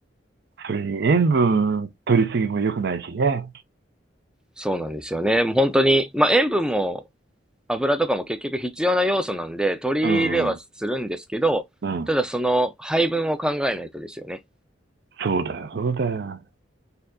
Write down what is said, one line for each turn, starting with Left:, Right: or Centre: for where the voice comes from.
Right: それに塩分取りすぎも良くないしね。
Centre: そうなんですよね。もう本当に、まあ、塩分も油とかも結局必要な要素なんで、取り入れはするんですけど、
Right: うん。うん。
Centre: ただその配分を考えないとですよね。
Right: そうだよ、そうだよ。